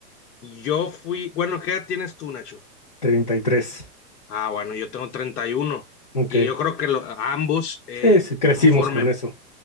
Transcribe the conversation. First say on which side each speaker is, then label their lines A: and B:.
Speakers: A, on the left (about 80°); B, on the left (about 30°).
A: yo fui, bueno, ¿qué edad tienes tú, Nacho?
B: 33.
A: Ah, bueno, yo tengo 31 y uno.
B: Ok.
A: Y yo creo que lo- ambos, eh,
B: Sí, sí, crecimos
A: conforme,
B: con eso.